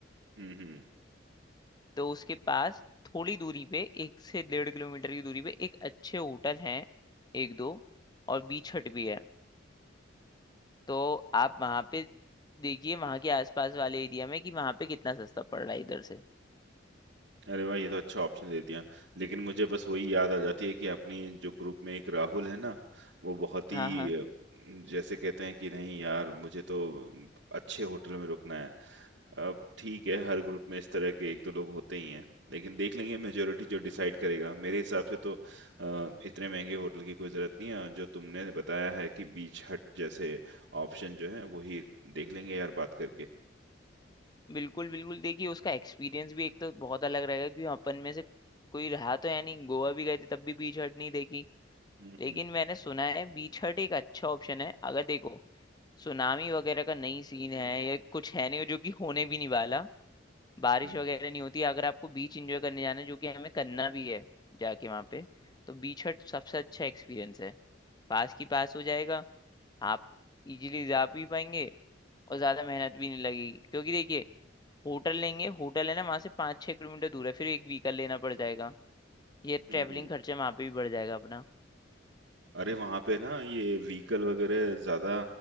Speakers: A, on the right; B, on the left.
A: हम्म हम्म
B: तो उसके पास थोड़ी दूरी पे एक से डेढ़ किलोमीटर की दूरी पे एक अच्छे होटल हैं एक दो और बीच हट भी है तो आप वहां पे देखिए वहां के आसपास वाले एरिया में कि वहां पे कितना सस्ता पड़ रहा है इधर से
A: अरे वाह ये तो अच्छा ऑप्शन दे दिया लेकिन मुझे बस वही याद आ जाती है कि अपनी जो ग्रुप में एक राहुल है ना वो बहुत ही
B: हाँ हाँ
A: अ, जैसे कहते हैं कि नहीं यार मुझे तो अम, अच्छे होटल में रुकना है अब ठीक है हर ग्रुप में इस तरह के एक दो लोग होते ही हैं लेकिन देख लेंगे मेजोरिटी जो डिसाइड करेगा मेरे हिसाब से तो अ, इतने महंगे होटल की कोई जरूरत नहीं है जो तुमने बताया है कि बीच हट जैसे ऑप्शन जो है वही देख लेंगे यार बात करके
B: बिल्कुल बिल्कुल देखिए उसका एक्सपीरियंस भी एक तो बहुत अलग रहेगा क्योंकि अपन में से कोई रहा तो है नहीं गोवा भी गए थे तब भी बीच हट नहीं देखी
A: हम्म
B: लेकिन
A: हम्म
B: मैंने सुना है बीच हट एक अच्छा ऑप्शन है अगर देखो सुनामी वगैरह का नहीं सीन है या कुछ है नहीं जो कि होने भी नहीं वाला बारिश
A: हम्म
B: वगैरह नहीं होती अगर आपको बीच एंजॉय करने जाना है जो कि हमें करना भी है जाके वहाँ पे तो बीच हट सबसे अच्छा एक्सपीरियंस है पास की पास हो जाएगा आप इजीली जा भी पाएंगे और ज्यादा मेहनत भी नहीं लगेगी क्योंकि देखिए होटल लेंगे होटल है ना वहां से पाँच छः किलोमीटर दूर है फिर एक व्हीकल लेना पड़ जाएगा ये
A: हुँ।
B: ट्रैवलिंग खर्चा वहां पे भी बढ़ जाएगा अपना
A: अरे, वहाँ पे ना ये व्हीकल वगैरह ज़्यादा